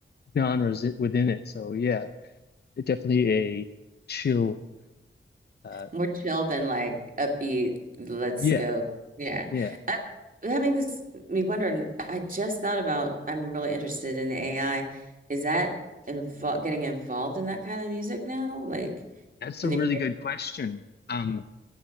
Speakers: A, on the left (about 50°); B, on the right (about 40°).
A: genres i- within it. So yeah, it definitely a chill. Uh,
B: More chill than like upbeat, let's
A: yeah,
B: go. Yeah.
A: yeah.
B: I, that makes me wonder. I just thought about, I'm really interested in AI. Is that invo getting involved in that kind of music now? Like
A: That's
B: in
A: a
B: the
A: really good question. Um,